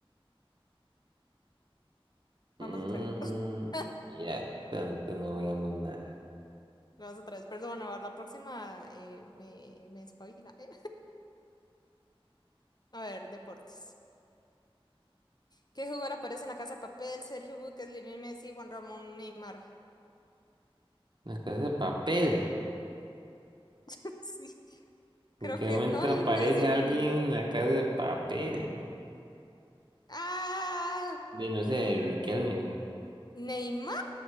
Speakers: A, on the left (about 45°); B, on the right (about 50°).
A: Vamos
B: Mm,
A: otra vez. <laughs>
B: ya tanto no hablamos nada.
A: Vamos otra vez. Perdón, a ver, la próxima eh, me, me espabila, ¿eh? A ver, deportes. ¿Qué jugador aparece en la Casa de Papel? Sergio Busquets, Lionel Messi, Juan Ramón, Neymar.
B: La casa de papel.
A: <laughs> Sí. Creo
B: ¿En qué
A: que
B: momento
A: no el
B: aparece
A: Messi
B: alguien
A: ni Neymar.
B: en la casa de papel?
A: ¡Ah!
B: De no sé, Riquelme.
A: ¡Neymar!